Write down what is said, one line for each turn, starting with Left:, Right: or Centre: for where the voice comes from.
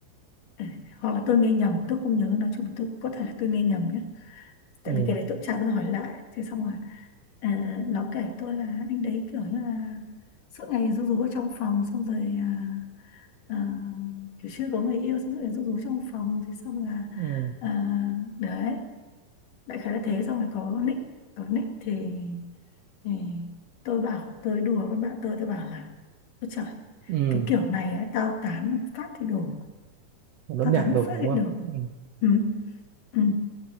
Left: Ừ, hoặc là tôi nghe nhầm tôi không nhớ nói chung là tôi có thể là tôi nghe nhầm nhé tại
Right: ừ.
Left: vì cái đấy tôi chả bao giờ hỏi lại thế xong rồi à, nó kể tôi là anh đấy kiểu như là suốt ngày rú rú ở trong phòng xong rồi à, à, kiểu chưa có người yêu xong rồi rú rú trong phòng thế xong là
Right: Ừ.
Left: à, đấy đại khái là thế xong rồi có nick có nick thì, thì tôi bảo tôi đùa với bạn tôi tôi bảo là ôi trời
Right: Ừ.
Left: cái kiểu này ấy, tao tán một phát thì đủ
Right: một nốt
Left: tao
Right: nhạc
Left: tán một
Right: đổ
Left: phát
Right: đúng
Left: thì đủ
Right: không ừ.
Left: ừ. Ừ.